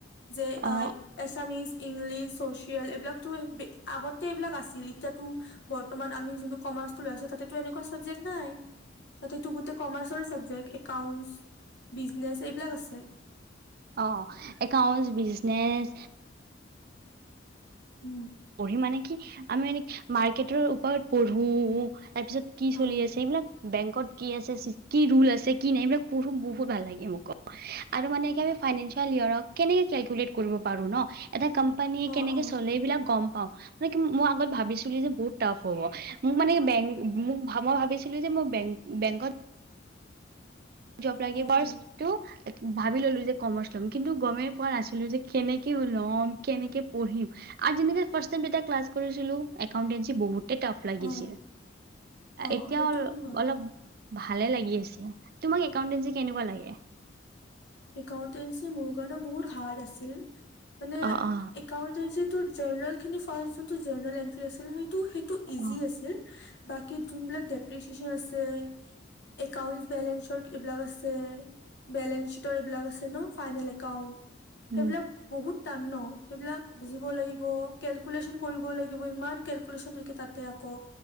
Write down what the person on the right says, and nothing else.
অ
অ', একাউণ্টছ, বিজনেছ।
পঢ়ি মানে কি, আমি মানে মাৰ্কেটৰ ওপৰত পঢ়ো তাৰপিছত কি চলি
আছে এইবিলাক বেংকত কি আছে চিছ কি ৰুলে আছে, কি নাই এইবিলাক পঢ়ো বহুত ভাল লাগে মুকো, আৰু মানে একেবাৰে ফাইনেঞ্চল ইয়াৰঅক কেনেকে কেলকুলেট কৰিব পাৰো ন এটা কম্প কোম্পানীয়ে
কেনেকে
চলে এইবিলাক গম পাও মই আগত ভাবিছোঁ যে বহুত তাপ হ'ব মোক মানে বেংক মোক মই ভাবিছ ভাবিছিলো যে বেং বেংকত জব লাগিব
ফাৰ্ষ্ট
টো ভাবি ললো যে কমাৰ্চ ল'ম কিন্তু গমেই পোৱা নাছিলো যে কেনেকে ল'ম কেনেকে পঢ়িম আৰু যেনেকে ফাৰ্ষ টাই এটা ক্লাছ কৰিছিলো একাউটেঞ্চি বহুত টফ লাগিছিল
এতিয়া
অল
অলপ ভালে লাগি আছে। তোমাক একাউটেঞ্চি কেনেকুৱা লাগে?
অ অ
অ
উম